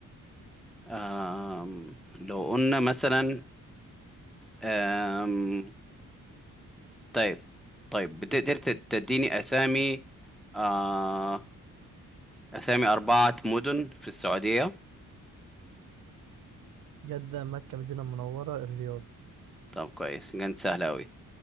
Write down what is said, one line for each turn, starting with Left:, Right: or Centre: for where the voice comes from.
Centre: آم... لو قلنا مثلا آم... طيب طيب بتقدر ت- تديني اسامي آه... اسامي اربعة مدن في السعودية
Right: جده مكه مدينه منوره الرياض
Centre: طب كويس كانت سهلة اوي